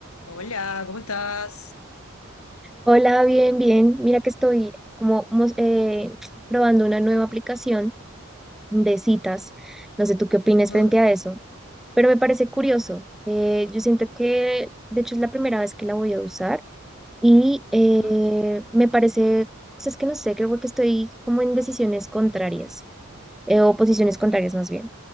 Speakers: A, on the left; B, in the centre.
A: Hola, ¿cómo estás?
B: Hola, bien, bien. Mira que estoy como mos- eh, probando una nueva aplicación de citas. No sé tú qué opinas
A: Ujú,
B: frente a eso, pero me parece curioso. Eh, yo siento que, de hecho, es la primera vez que la voy a usar y eh,
A: ujú.
B: me parece cosas que no sé, creo que estoy como en decisiones contrarias eh, o posiciones contrarias más bien.